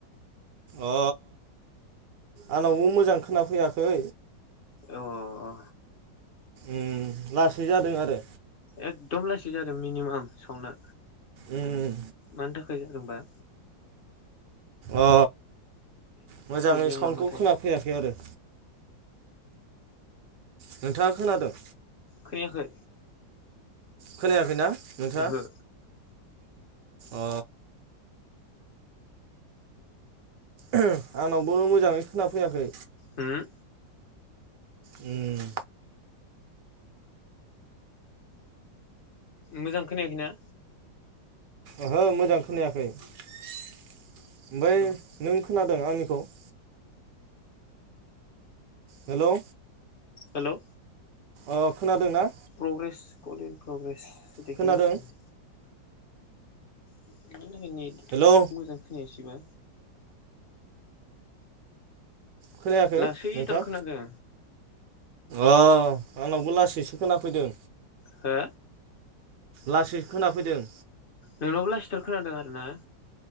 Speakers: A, on the right; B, on the left.
A: अ आंनावबो मोजां खोनाफैयाखै
B: ओ अ
A: ओम लासै जादों आरो
B: एकदम लासै जादों मिनिमाम सावना
A: उम
B: मानि थाखै होमबा
A: अ मोजाङै
B: प्रब्लेम
A: साउन्डखौ
B: नामाथाय
A: खोना फैयाखै आरो- नोंथाङा खोनादों?
B: खोनायाखै।
A: खोनायाखैना? नोंथाङा
B: ओहो
A: अ ओहो आंनावबो मोजाङै खोना फैयाखै।
B: होम?
A: उम।
B: मोजां खोनायाखै ना?
A: ओहो मोजां खोनायाखै। ओमफ्राय
B: र'
A: नों खोनाद जादों आंनिखौ <inaudible> हेलौ।
B: हेलौ।
A: अ खोनादों ना?
B: प्रग्रेस कलिन प्रग्रेस देखाय
A: खोनादों
B: गसिनो। <inaudible> मानि थाखाय नेट
A: हेलौ
B: मोजां खोनायासै। खोबा
A: खोनायाखै
B: लासैथार
A: नोंथां
B: खोनादों।
A: अ आंनावबो लासैसो खोनाफैदों।
B: हो?
A: लासै खोनाफैदों।
B: नोंनावबो लासैथार खोनादों आरोना?